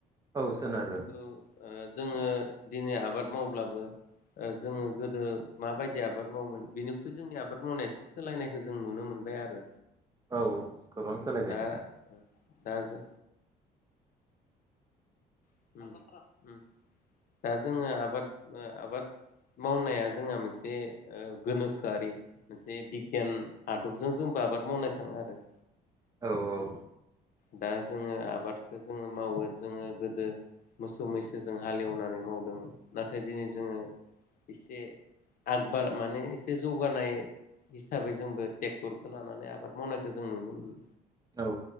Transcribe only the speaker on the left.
ओ
खिन्थु ओ जोङो दिनै आबाद मावब्लाबो जोङो गोदो माबायदि आबाद मावोमोन बेनिख्रुइ जोंनि आबाद मावनाय सोलायनायखौ जों नुनो मोनबाय आरो।
दा दा जो <inaudible> दा जोङो आबाद आबाद मावनाया जोंहा मोनसे गोनोखोआरि मोनसे बिगियान आदबजों जोंबो आबाद मावनो थाङो आरो।
दा जोङो आबादखौ जोङो मावो जोङो गोदो मोसौ मैसोजों हालेवनानै मावदोंमोन नाथाय दिनै जोङो एसे आगबार माने एसे जौगानाय हिसाबै जोंबो ट्रेक्टरखौ लानानै आबाद मावनायखौ जों नुनो मोनो।